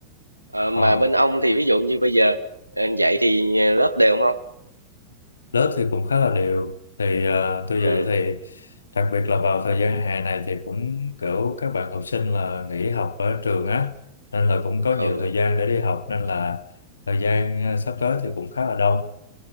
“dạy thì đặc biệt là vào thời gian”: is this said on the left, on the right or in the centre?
Left